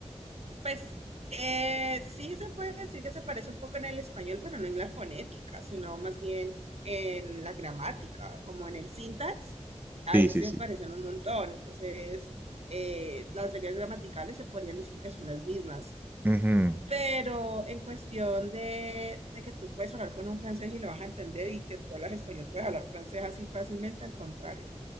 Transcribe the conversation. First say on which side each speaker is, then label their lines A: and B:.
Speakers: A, on the right (about 60°); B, on the right (about 15°).
A: Pues eh, sí se puede decir que se parece un poco en el español, pero no en la fonética, sino más bien en la gramática, como en el syntax. Ahí
B: Sí, sí,
A: sí
B: sí.
A: se parecen un montón. Entonces, eh, las reglas gramaticales se podrían decir que son las mismas.
B: Ujú.
A: Pero en cuestión de, de que tú puedes hablar con un francés y lo vas a entender y que tú hablas español, puedes hablar francés así fácilmente, al contrario.